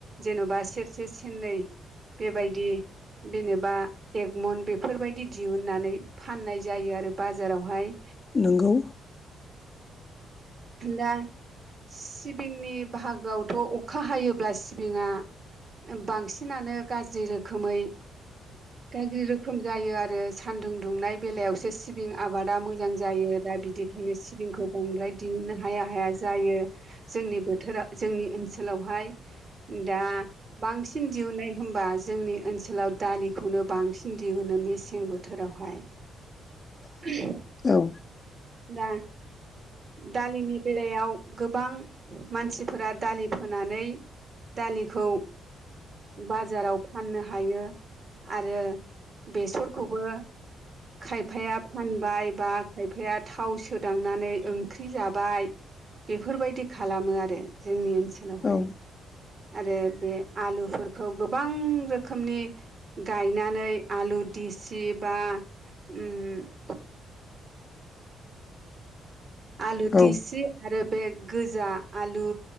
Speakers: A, on the right; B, on the left.
A: जेन'बा सेरसे सननै बेबायदि जेनेबा एगमन बेफोरबायदि दिहुननानै फाननाय जायो आरो बाजारावहाय।
B: नोंगौ।
A: दा सिबिंनि बाहागोआवथ' अखा हायोब्ला सिबिङा बांसिनानो गाज्रि रोखोमै गाज्रि रोखोम जायो आरो सान्दुं दुंनाय बेलायावसो सिबिं आबादा मोजां जायो दा बिदिखायनो सिबिंखौ बांद्राय नो हाया हाया जायो जोंनि बोथोरा जोंनि ओनसोलावहाय। दा बांसिन दिहुनाय होमबा जोंनि ओनसोलाव दालिखौनो बांसिन दिहुनो मेसें बोथोरावहाय। <unintelligible>
B: औ
A: दा- दालिनि बेलायाव गोबां मानसिफोरा दालि फोनानै दालिखौ बाजाराव फाननो हायो। आरो बेसरखौबो खायफाया फानबाय बा खायफाया थाव सोदांनानै ओंख्रि जाबाय बेफोरबायदि खालामो आरो जोंनि ओनसो लावहाय
B: औ
A: आरो बे आलुफोरखौ गोबां रोखोमनि गायनानै आलु देसि बा उम आलु
B: औ
A: दिसि आरो बे गोजा आलु,